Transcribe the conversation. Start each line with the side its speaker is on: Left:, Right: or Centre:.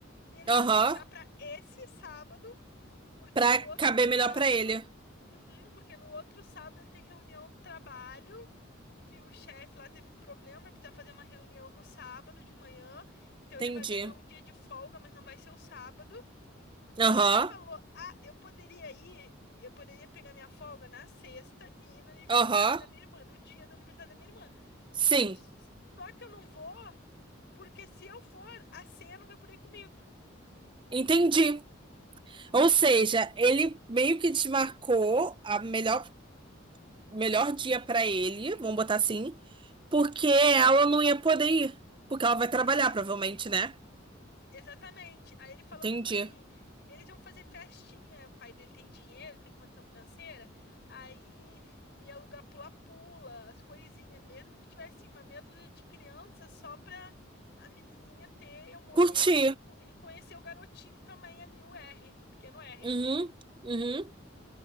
Left: e eles
Right: Aham.
Left: iam puxar pra esse sábado, porque
Right: Pra
Left: no outro
Right: caber
Left: sábado,
Right: melhor pra ele.
Left: Uhum, porque no outro sábado ele tem reunião do trabalho, que o chefe lá teve um problema, vai precisar fazer uma reunião no sábado de manhã, então
Right: Entendi.
Left: ele vai ganhar um dia de folga, mas não vai ser o sábado. Aí
Right: Aham,
Left: ele até falou: "Ah, eu poderia ir, eu poderia pegar minha folga na sexta e ir no aniversário
Right: aham.
Left: da minha irmã, no dia do aniversário da minha irmã.
Right: Sim,
Left: Só que eu não vou, porque se eu for, a ceia não vai poder ir comigo.
Right: entendi. Ou seja, ele meio que desmarcou a melhor, melhor dia pra ele, vamos botar assim, porque ela não ia poder ir. Porque ela vai trabalhar,
Left: Exata-
Right: provavelmente, né?
Left: exatamente. Aí ele falou
Right: Entendi.
Left: que, tipo assim, eles iam fazer festinha. O pai dele tem dinheiro, tem condição financeira. Aí ia alugar pula-pula, as coisinhas. Mesmo que tivesse assim, uma meia dúzia de crianças, só pra a menininha ter o momento
Right: Curti.
Left: e, co- e conhecer o garotinho também ali, o R, pequeno R.
Right: Uhum, uhum.